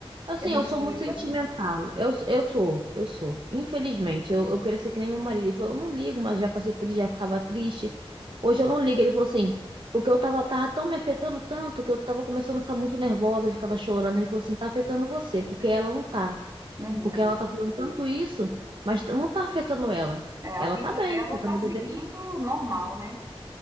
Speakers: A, on the right; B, on the right.
A: Assim,
B: Emotiva,
A: eu sou muito sentimental.
B: né?
A: Eu, eu sou, eu sou. Infelizmente, eu, eu queria ser que nem meu marido. Ele falou, eu não ligo, mas já passei por isso, já ficava triste. Hoje eu não ligo. Ele falou assim, porque eu tava, tava tão me afetando tanto que eu tava começando a ficar muito nervosa, ficava chorando. Ele falou assim, tá afetando você, porque ela não tá.
B: Uhum.
A: Porque ela tá fazendo tanto isso, mas t- não tá afetando ela.
B: É, a
A: Ela
B: vida
A: tá bem,
B: dela
A: tá
B: tá
A: bem.
B: seguindo normal, né?